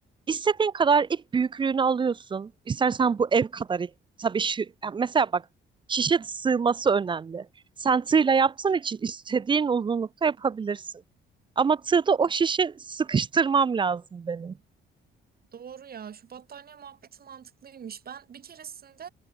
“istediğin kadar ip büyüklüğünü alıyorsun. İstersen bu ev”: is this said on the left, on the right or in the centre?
Right